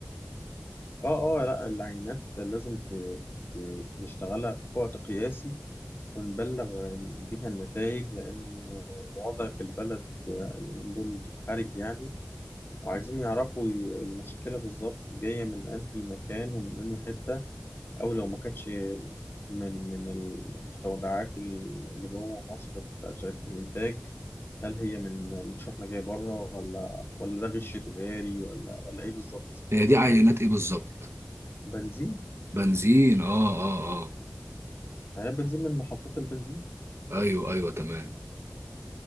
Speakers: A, on the left (about 50°); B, on the right (about 65°).
A: اه اه لا العينات لازم ت... ت... نشتغلها في وقت قياسي ونبلغ بيها النتائج لأن الوضع في البلد اليومين دول حرج يعني وعايزين يعرفوا ي- المشكلة بالظبط جاية من أنهي مكان ومن أنهي حتة أو لو ما كانتش من من المستودعات اللي جوه مصر بتاعت شركة الإنتاج هل هي من من شحنة جاية بره ولا ولا ده غش تجاري ولا ولا ايه بالظبط
B: هي دي عينات ايه بالظبط
A: بنزين
B: بنزين اه اه
A: يعني بنزين من محطات البنزين
B: اه ايوه ايوه تمام